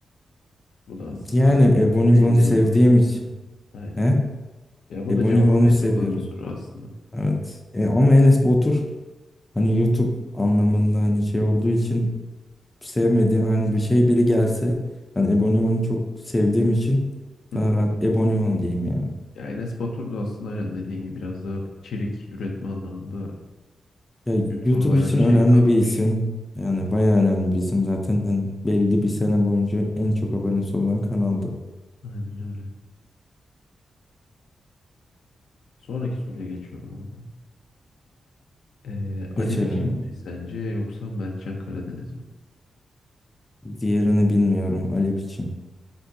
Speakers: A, on the left; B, on the left.
A: Bu da aslında
B: Yani
A: azıcık
B: Ebony
A: belli
B: Van'ı sevdiğim
A: olan.
B: için.
A: Aynen.
B: He?
A: Ya bu
B: Ebony
A: da cevabı
B: Van'ı
A: belli
B: seviyorum.
A: olan bir soru aslında.
B: Evet. E, ama Enes Batur hani YouTube anlamında hani şey olduğu için sevmediğim hani bir şey biri gelse hani Ebony Van'ı çok sevdiğim için
A: Hı
B: daha
A: hı.
B: rahat Ebony Van diyeyim ya.
A: Ya Enes Batur da aslında aynen dediğin gibi biraz da içerik üretme anlamında
B: Ya
A: YouTube'a
B: YouTube
A: bayağı
B: için
A: bir
B: önemli
A: şey katmış.
B: bir isim. Yani
A: Aynen.
B: bayağı önemli bir isim zaten. Hani belli bir sene boyunca en çok abonesi olan kanaldı.
A: Aynen öyle. Sonraki soruya geçiyorum abi. Ee, Ali
B: Geçelim
A: Biçim
B: yani.
A: mi sence yoksa Mertcan Karadeniz mi?
B: Diğerini bilmiyorum. Ali Biçim.